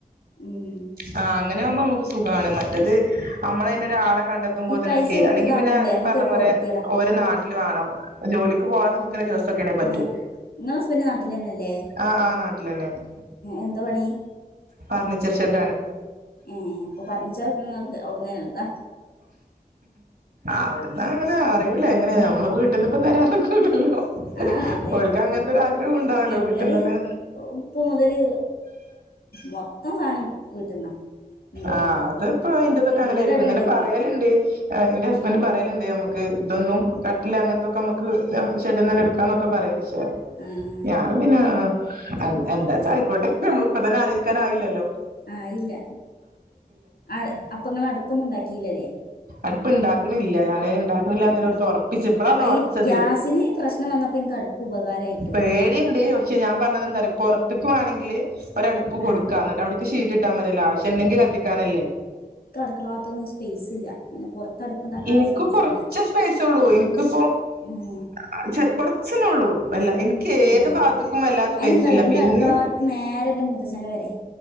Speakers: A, on the left; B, on the right.
A: ഉം
B: ആ അങ്ങനാവുമ്പോ നമുക്ക് സ് തുഖാണ് മറ്റത് അ മ്മളൈനൊരാളെ കണ്ടെത്തുമ്പോതിനൊക്കെ
A: ഈ പൈസ കൊടുത്ത്
B: അല്ലെങ്കി
A: ഇതാക്കുമ്പോളേ
B: പിന്നെ
A: നമ്മുക്കൊരു
B: ഇപ്പർഞ്ഞെ പോലെ
A: പൊറുതിയെടാ
B: ഒരൊ നാട്ടില് വാണം ജോലിക്ക് പോകാതെ നി ഒക്കെ ദിവസെക്കെണ് പറ്റും
A: ആഹ് നിങ്ങളെ ഹസ്ബൻഡ് നാട്ടിൽ തന്നെയല്ലേ
B: ആ ആ നാട്ടിലന്നേണ്
A: എന്താ പണി
B: കാറില് തീർച്ചയായിട്ടും ആണ്
A: ഉം അപ്പൊ ഫർണിച്ചറൊക്കെ നിങ്ങക്ക് അവിടന്നന്നെ എടുക്കാ
B: അവിത്തെ അങ്ങനെ അറിയൂല എങ്ങനെയാന്ന്
A: ആഹ്
B: നമ്മള് വീട്ടിനിപ്പോ തരാതിരിക്കില്ലല്ലോ
A: ആഹ് അതെ
B: ഓൽക്ക് അങ്ങനത്തൊരാഗ്രഹം ഉണ്ടാവല്ലോ
A: ഇന്റത്
B: വീട്ടിൽന്ന് തന്നെ
A: ഇപ്പ മുതല് മൊത്തം സാധനം വീട്ട്ന്നാ ഇന്റോട്ന്നാ
B: ആഹ് അത് ഇപ്പോ ഇന്റതൊക്കെ അങ്ങനേരി
A: വീടടെ
B: ഇങ്ങനെ
A: ഇണ്ടാക്കി
B: പറയല്ണ്ട് എന്റെ ഹസ്ബന്റ്
A: ഉം
B: പറയലുണ്ട് നമു ക്ക് ഇതൊന്നും കട്ടില് അങ്ങനത്തൊക്കെ നമുക്ക് ഷെഡിന്ന് തന്നെ എടുക്കാന്നൊക്കെ പറയും പക്ഷേ
A: ആഹ്
B: ഞാനും പിന്നെ എ എന്താച്ച ആയിക്കോട്ടെ നമ്മള് ഇപ്പ തന്നെ ആലോജിക്കാനായില്ലല്ലോ
A: ആഹ് ഇല്ല ആണ് അപ്പങ്ങളടു ഇപ്പൊന്നും ഉണ്ടാക്കില്ലല്ലേ
B: അടുപ്പ് ഉണ്ടാക്കണില്ല ഞന് ഉണ്ടാക്കുന്നില്ലന്നുള്ളടുത്ത്
A: ഉം
B: ഉറപ്പിച്ച് ഇപ്പളാന്ന് ഉറച്ചത്
A: ഈ ഗ്യാസിന് പ്രശ്നം വന്നപ്പോ ഇൻക്ക് അടുപ്പ് ഉപകാരായിട്ടോ
B: പേടി ഇണ്ട് പക്ഷെ ഞാൻ പറഞ്ഞത് എന്താറിയോ പൊറ്ത്ക്ക് വേണെങ്കില് ഒരടുപ്പ് കൊടുക്കാ
A: ആഹ്
B: എന്നിട്ട് അവിടേക്ക് ഷീറ്റ് ഇട്ടാ മതിയല്ലോ ആവശ്യണ്ടെങ്കി കത്തിക്കാനല്ലേ
A: ഇതിനകത്തൊന്നും സ്പെയ്സ് ഇല്ല അങ്ങനെ- പൊറത്ത് അടുപ്പ് ഇണ്ടാക്കാള്ള
B: എനിക്ക്
A: സ്പേസ്
B: കൊറച്ച്
A: ഇല്ല
B: സ്പെയ്സേ ഉള്ളു എനിക്കിപ്പോ
A: ഉം
B: കെറച്ച് കൊറച്ചെന്നേ ഒള്ളൂ അല്ല എനിക്ക് ഏത്
A: ഉം
B: ഭാഗത്തേക്കും വല്ലാതെ
A: അയിനെന്താറിയോ
B: സ്പേസ് ഇല്ല
A: ഇന്റെ
B: പിന്നെ
A: അടുക്കള ഭാഗത്ത് നേരെ ഇന്റെ മൂത്തച്ഛന്റെ പെരേ